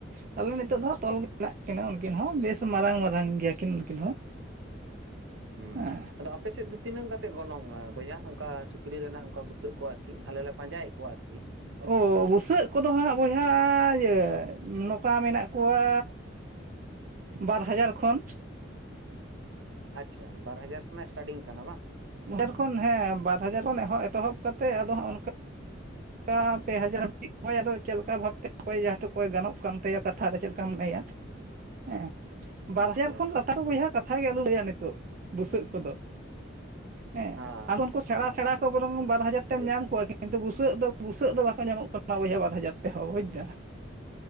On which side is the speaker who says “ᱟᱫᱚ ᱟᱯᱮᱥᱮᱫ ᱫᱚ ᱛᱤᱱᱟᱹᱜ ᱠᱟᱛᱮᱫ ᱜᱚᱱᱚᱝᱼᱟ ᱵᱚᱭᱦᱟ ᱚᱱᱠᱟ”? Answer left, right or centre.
Right